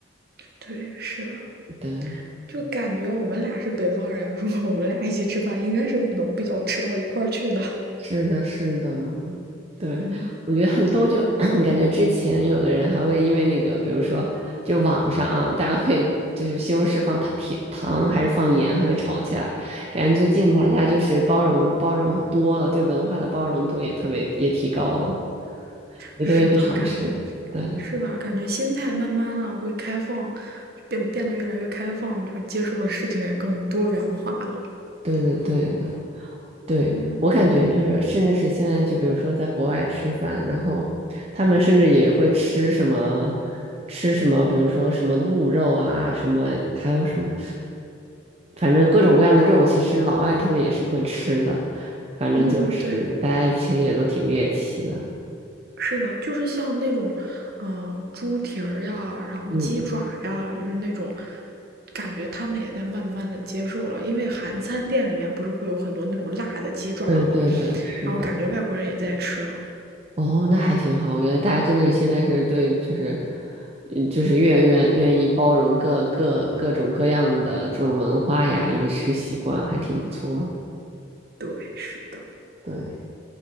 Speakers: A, on the right; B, on the right.
A: 对，是的。
B: 对。
A: 就感觉我们俩是北方人，如果我们俩一起吃饭，应该是能比较吃到一块儿去的。<laughs>
B: 是的，是的，对，
A: 嗯，
B: 我觉得很逗就，<clears throat> 感觉之前有的人还会因为那个，比如说，就网上啊，大家会就是西红柿放糖甜糖还是放盐，还会吵起来。感觉最近大家就是包容包容多了，对文化的包容度也特别也提高了，也都愿意去尝试。
A: 是的，感觉
B: 对，
A: 是的，感觉心态慢慢的会开放，变变得越来越开放，就接受的事情也更多元化了。
B: 对对对。对，
A: 嗯
B: 我感觉就是，甚至是现在，就比如说在国外吃饭，然后他们甚至也会吃什么，吃什么，比如说什么鹿肉啊，什么还有什么，反正各种各样的肉，其实老外他们也是会吃的。反正就是大家其实也都挺猎奇的。
A: 嗯，对，是的，就是像那种，呃，猪蹄儿呀，然后鸡爪呀，
B: 嗯，
A: 就是那种。感觉他们也在慢慢的接受了，因为韩餐店里面不是会有很多那种辣的鸡爪吗？
B: 对对对，是的。
A: 然后感觉外国人也在吃了，
B: 哦，那还挺好。我觉得大家真的是现在是对，就是，嗯就是越愿愿意包容各各各种各样的这种文化呀、饮食习惯，还挺不错的。
A: 对，是的。
B: 对，